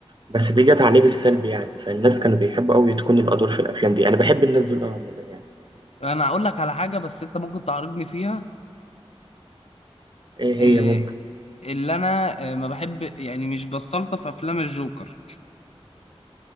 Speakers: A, on the right; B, on the left.
A: بس دي جت عليه بالسلب يعني فالناس كانوا بيحبوا قوي تكون الادوار في الافلام دي انا بحب الناس دول قوي عامه يعني
B: انا اقول لك على حاجه بس انت ممكن تعارضني فيها
A: ايه
B: آه،
A: هي ممكن
B: اللي انا آه، ما بحب يعني مش بستلطف افلام الجوكر